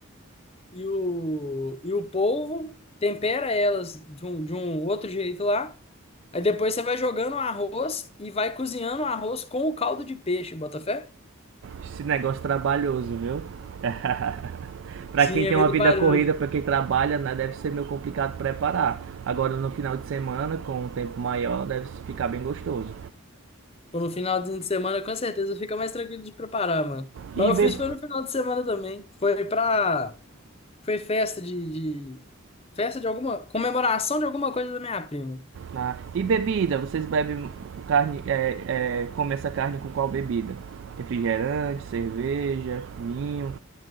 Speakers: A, on the left; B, on the right.
A: e o. e o polvo, tempera elas de um, de um outro jeito lá. Aí depois você vai jogando o arroz e vai cozinhando o arroz com o caldo de peixe, bota fé?
B: Esse negócio trabalhoso, viu? <laughs> pra
A: Sim,
B: quem
A: é
B: tem
A: meio
B: uma
A: trabalhoso.
B: vida corrida, pra quem trabalha, né, deve ser meio complicado preparar. Agora no final de semana, com um tempo maior, deve ficar bem gostoso.
A: Pô, no finalzinho de semana, com certeza, fica mais tranquilo de preparar, mano. Mas
B: E,
A: eu
B: be...
A: fiz foi no final de semana também. Foi pra. Foi festa de, de- Festa de alguma. Comemoração de alguma coisa da minha prima.
B: ah, e bebida, vocês bebem carne, é, é, comem essa carne com qual bebida? Refrigerante, cerveja, vinho.